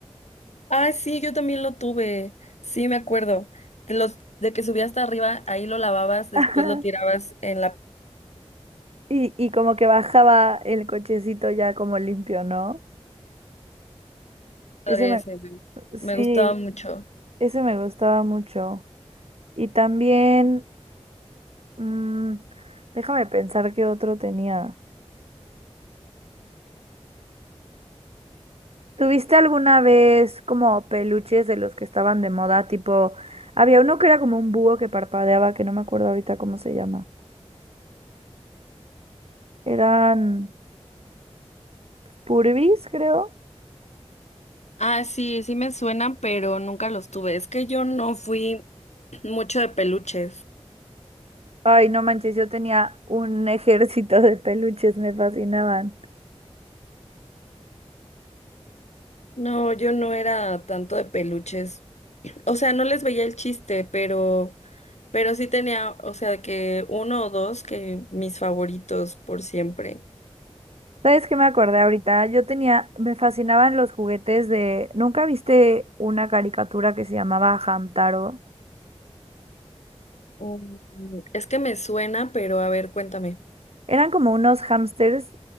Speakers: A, on the left; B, on the right.
A: Ah, sí, yo también lo tuve. Sí, me acuerdo. De los de que subía hasta arriba, ahí lo lavabas, después
B: <laughs> Ajá.
A: lo tirabas en la
B: Y, y como que bajaba el cochecito ya como limpio, ¿no?
A: padre
B: Ese me,
A: ese, Me
B: sí,
A: me gustaba mucho.
B: ese me gustaba mucho. Y también Mm, déjame pensar qué otro tenía. ¿Tuviste alguna vez como peluches de los que estaban de moda? Tipo, había uno que era como un búho que parpadeaba, que no me acuerdo ahorita cómo se llama. Eran Furbies, creo.
A: Ah, sí, sí me suenan, pero nunca los tuve. Es que yo no fui <clears throat> mucho de peluches.
B: Ay, no manches, yo tenía un <laughs> ejército de peluches, me fascinaban.
A: No, yo no era tanto de peluches. O sea, no les veía el chiste, pero pero sí tenía, o sea, que uno o dos que mis favoritos por siempre.
B: ¿Sabes qué me acordé ahorita? Yo tenía, me fascinaban los juguetes de... ¿Nunca viste una caricatura que se llamaba Hamtaro?
A: Mm, Es que me suena, pero a ver, cuéntame.
B: Eran como unos hámsters